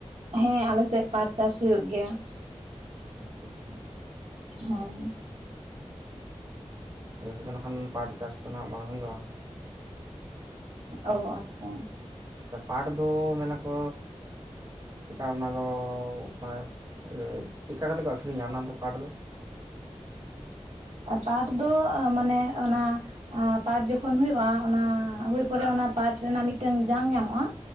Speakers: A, on the right (about 80°); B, on the right (about 35°).
A: ᱦᱮᱸ ᱟᱞᱮ ᱥᱮᱫ ᱯᱟᱴ ᱪᱟᱥ ᱦᱩᱭᱩᱜ ᱜᱮᱭᱟ᱾
B: ᱟᱪᱪᱷᱟ ᱟᱪᱪᱷᱟ᱾
A: ᱦᱚᱸ᱾
B: ᱟᱞᱮ ᱥᱮᱫ ᱫᱚ ᱱᱟᱠᱷᱟᱱ ᱯᱟᱴ ᱪᱟᱥ ᱫᱚ ᱱᱟᱦᱟᱜ ᱵᱟᱝ ᱦᱩᱭᱩᱜᱼᱟ᱾
A: ᱚ ᱟᱪᱪᱷᱟ᱾
B: ᱯᱟᱴ ᱫᱚ ᱢᱮᱱᱟ ᱠᱚ ᱪᱮᱫᱠᱟ ᱚᱱᱟ ᱫᱚ ᱢᱟᱱᱮ ᱪᱮᱫᱠᱟ ᱠᱟᱛᱮ ᱠᱚ ᱟᱠᱷᱨᱤᱧᱟ ᱚᱱᱟ ᱫᱚ ᱯᱟᱴ ᱫᱚ?
A: ᱯᱟᱴ ᱫᱚ ᱢᱟᱱᱮ ᱚᱱᱟ ᱯᱟᱴ ᱡᱚᱠᱷᱚᱱ ᱦᱩᱭᱩᱜᱼᱟ ᱚᱱᱟ ᱦᱩᱭ ᱯᱚᱨᱮ
B: ᱦᱮᱸ
A: ᱚᱱᱟ ᱯᱟᱴ ᱨᱮᱱᱟᱜ ᱢᱤᱫᱴᱟᱝ ᱡᱟᱝ ᱧᱟᱢᱚᱜᱼᱟ,